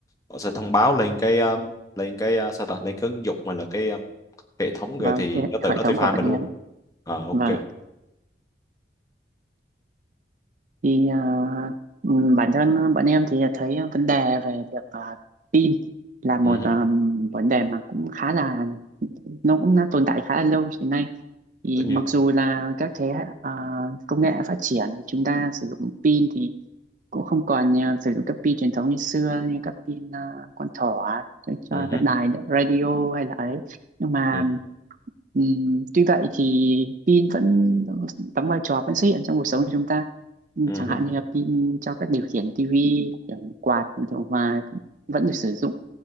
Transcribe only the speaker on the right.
vâng
cái
hệ
thống
của bọn
em
vâng thì à, ừ, bản thân bọn em thì thấy vấn đề về việc à, tin là một
à, vấn đề mà cũng khá là nó cũng đã tồn tại khá là lâu hiện nay thì
mặc dù là các thế hệ à, công nghệ phát triển thì chúng ta sử dụng pin thì cũng không còn à, sử dụng các pin truyền thống như xưa như các pin à, con thỏ cho, cho
các đài radio hay là ấy nhưng mà
ừm, tuy vậy thì pin vẫn đóng vai trò vẫn xuất hiện trong cuộc sống của chúng ta Ừm,
chẳng
hạn như là pin cho các điều khiển tivi điều khiển quạt điều khiển hòa vẫn được sử dụng